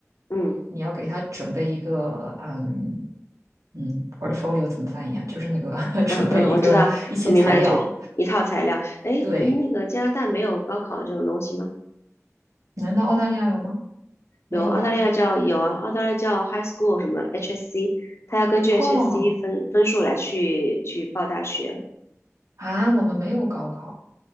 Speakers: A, on the left; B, on the right.
A: 嗯
B: 你要给他准备一个，嗯嗯，portfolio 怎么翻译啊？就是那个 <laughs> 准备一个一些材料。
A: 嗯嗯，我知道，我明白，就一套材料。哎，
B: 对，
A: 那个加拿大没有高考这种东西吗？
B: 难道澳大利亚有吗？没有呀。
A: 有，澳大利亚叫有啊，澳大利亚叫 high school 什么 HSC，他要根据
B: 哦
A: HSC 分分数来去去报大学。
B: 啊，我们没有高考。